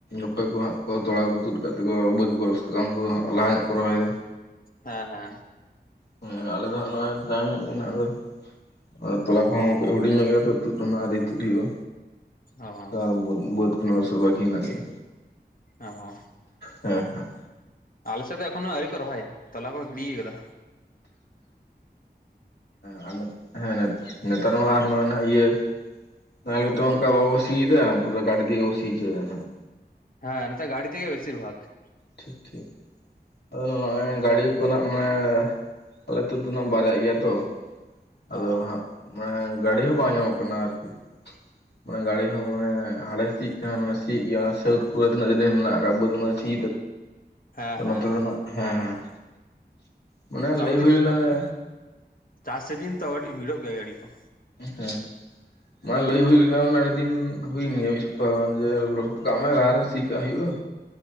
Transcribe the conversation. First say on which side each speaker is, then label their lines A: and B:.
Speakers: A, on the left; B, on the left.
A: ᱚᱠᱚᱭ ᱠᱚ ᱦᱟᱸᱜ ᱠᱚ ᱛᱚᱲᱟ ᱠᱚᱠᱚ ᱛᱩᱫ ᱠᱟᱜ ᱛᱮᱠᱚ ᱵᱟᱹᱫ ᱠᱚᱠᱚ ᱞᱚᱥᱚᱫᱟ ᱩᱱᱠᱩ ᱫᱚ ᱦᱟᱸᱜ ᱞᱟᱦᱟ ᱧᱚᱜ ᱠᱚ ᱨᱚᱦᱚᱭᱮᱫᱟ
B: ᱦᱮᱸ ᱦᱮᱸ
A: ᱦᱮᱸ ᱟᱞᱮ ᱫᱚ ᱦᱟᱸᱜ ᱱᱚᱜᱼᱚᱭ ᱛᱟᱭᱚᱢ ᱧᱚᱜ ᱠᱟᱱᱟ ᱟᱫᱚ ᱟᱨ ᱛᱚᱞᱟ ᱠᱚᱦᱚᱸ ᱠᱟᱹᱡ ᱦᱩᱰᱤᱧ ᱧᱚᱜ ᱜᱮᱭᱟ ᱛᱚ ᱛᱩᱫ ᱨᱮᱱᱟᱜ ᱟᱨ <unintelligible> ᱟᱣᱨᱤ ᱛᱩᱫ ᱦᱩᱭᱩᱜᱼᱟ
B: ᱚ
A: ᱛᱚ ᱟᱨ ᱵᱟᱹᱫ ᱵᱟᱹᱫ ᱠᱷᱚᱱᱟ ᱞᱚᱥᱚᱫ ᱵᱟᱹᱠᱤ ᱢᱮᱱᱟᱜ ᱜᱮᱭᱟ
B: ᱚ
A: ᱦᱮᱸ ᱦᱮᱸ
B: ᱟᱞᱮ ᱥᱮᱫ ᱫᱚ ᱮᱠᱷᱚᱱᱳ ᱟᱹᱣᱨᱤ ᱠᱚ ᱨᱚᱦᱚᱭᱟ ᱛᱟᱞᱟ ᱠᱚ ᱜᱤᱰᱤᱠᱟᱫᱟ
A: ᱦᱮᱸ ᱟᱨ ᱦᱮᱸ ᱱᱮᱛᱟᱨ ᱢᱟ ᱱᱚᱜᱼᱚᱭ ᱱᱟᱸᱜ ᱤᱭᱟᱹ ᱱᱟᱦᱮᱞ ᱠᱚᱛᱚ ᱚᱝᱠᱟ ᱵᱟᱠᱚ ᱥᱤᱭᱮᱫᱟ ᱯᱩᱨᱟᱹ ᱜᱟᱹᱰᱤ ᱛᱮᱜᱮ ᱠᱚ ᱥᱤ ᱪᱳᱭᱫᱟ ᱱᱟᱸᱜ
B: ᱦᱮᱸ ᱱᱮᱛᱟᱨ ᱜᱟᱹᱰᱤ ᱛᱮᱜᱮ ᱵᱮᱥᱤᱨ ᱵᱷᱟᱜ
A: ᱴᱷᱤᱠ ᱴᱷᱤᱠ ᱟᱫᱚ ᱱᱚᱜᱼᱚᱭ ᱜᱟᱹᱲᱤ ᱠᱚᱱᱟᱜ ᱢᱟᱱᱮ ᱟᱞᱮ ᱟᱹᱛᱩ ᱫᱚ ᱱᱟᱜ ᱵᱟᱨᱭᱟᱜ ᱜᱮᱭᱟ ᱛᱚ ᱟᱫᱚ
B: ᱚ
A: ᱦᱟᱸᱜ ᱢᱟᱱᱮ ᱜᱟᱹᱰᱤ ᱦᱚᱸ ᱵᱟᱝ ᱧᱟᱢᱚᱜ ᱠᱟᱱᱟ ᱟᱨᱠᱤ ᱢᱟᱱᱮ ᱜᱟᱹᱲᱤ ᱦᱚᱸ ᱢᱟᱱᱮ ᱦᱟᱲᱮᱭ ᱥᱤᱜ ᱠᱷᱟᱱ ᱦᱟᱱᱮᱭ ᱥᱤᱭᱮᱜ ᱜᱮᱭᱟ ᱥᱟᱹᱩᱫ ᱠᱚᱨᱮ ᱛᱤᱱᱟᱹᱜ ᱫᱤᱱᱮᱢ ᱢᱮᱱᱟᱜ ᱟᱠᱟᱜ ᱵᱟᱹᱫ ᱩᱱᱟᱹᱜ ᱮ ᱥᱤ
B: ᱦᱮᱸ
A: <unintelligible>
B: ᱦᱮᱸ
A: ᱱᱚᱛᱮ ᱫᱚ ᱱᱟᱜ ᱦᱮᱸ ᱦᱮᱸ ᱢᱟᱱᱮ
B: ᱛᱟᱯᱚᱨᱮ
A: ᱞᱟᱹᱭ ᱦᱩᱭ ᱞᱮᱱᱟ ᱱᱮ
B: ᱪᱟᱥ ᱥᱤᱡᱤᱱ ᱛᱚ ᱠᱟᱹᱴᱤᱡ ᱵᱷᱤᱲᱚᱜ ᱜᱮᱭᱟ ᱜᱟᱹᱰᱤ ᱠᱚ
A: ᱦᱮᱸ ᱢᱟᱱᱮ ᱞᱟᱹᱭ ᱦᱩᱭ ᱞᱮᱱᱟ ᱢᱟᱱᱮ ᱟᱹᱰᱤ ᱫᱤᱱ ᱦᱩᱭᱮᱱ ᱜᱮᱭᱟ ᱢᱤᱫ ᱥᱚᱯᱛᱟᱦᱚ ᱜᱟᱱ ᱜᱮ ᱞᱚᱥᱚᱫ ᱠᱟᱜ ᱢᱮ ᱞᱟᱦᱟᱨᱮ ᱥᱤ ᱠᱟᱜ ᱦᱩᱭᱩᱜᱼᱟ